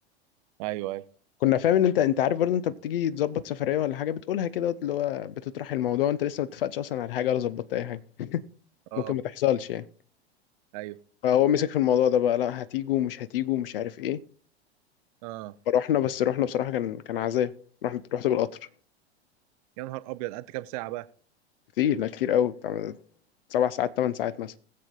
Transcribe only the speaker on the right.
ايوه ايوه
اه
ايوه
اه
يا نهار ابيض قعدت كام ساعه بقى